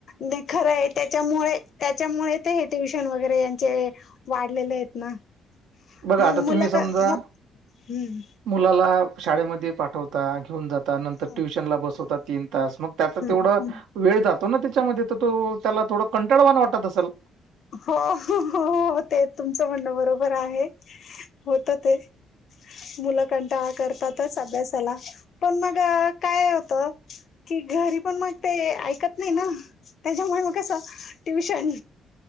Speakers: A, on the left; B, on the right.
A: नाय खरं आहे त्याच्यामुळे त्याच्यामुळे हे ट्युशन वगैरे यांचे. वाढलेले आहेत ना
B: बघा
A: मग
B: आता
A: मुलं
B: तुम्ही समजा
A: का मग हम्.
B: मुलाला शाळेमध्ये पाठवता घेऊन जात. त नंतर
A: हम्म
B: ट्युशन ला बसवता तीन तास मग त्याच तेवढं.
A: हम्म, हम्म.
B: वेळ जातो ना त्याच्यामध्ये तर तो त्याला थोडं कंटाळवाना वाटत असेल.
A: हो हो हो हो ते तुमचं म्हणणं बरोबर आहे होत ते. मुलं कंटाळा करतातच अभ्यासाला पण मग काय होत. कि घरी पण मग ते ऐकत नाही ना त्याच्यामुळे मग कसं ट्युशन.